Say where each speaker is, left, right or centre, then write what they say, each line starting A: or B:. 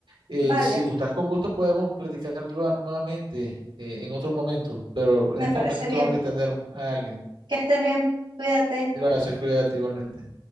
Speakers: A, on the right (about 85°); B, on the right (about 65°).
A: Eh,
B: Vale,
A: si gustas con gusto podemos platicar nua- nuevamente eh, en otro momento, pero
B: me
A: en este
B: parece
A: momento
B: bien.
A: tengo que atender a alguien.
B: Que estés bien. Cuídate.
A: Gracias, cuídate igualmente.